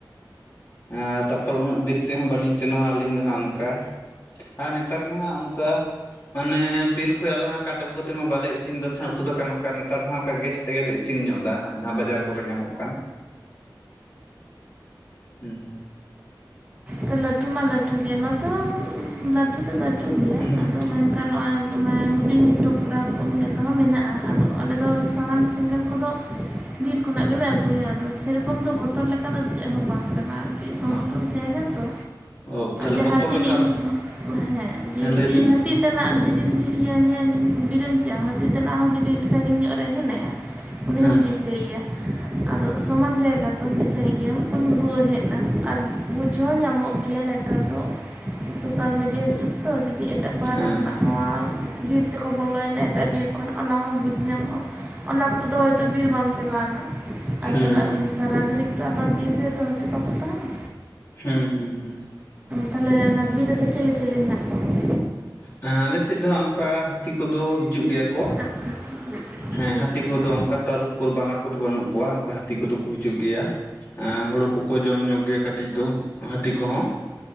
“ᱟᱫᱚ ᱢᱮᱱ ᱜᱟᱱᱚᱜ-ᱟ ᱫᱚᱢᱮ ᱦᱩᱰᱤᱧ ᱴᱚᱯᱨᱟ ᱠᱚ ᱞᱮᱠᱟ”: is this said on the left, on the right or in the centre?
Right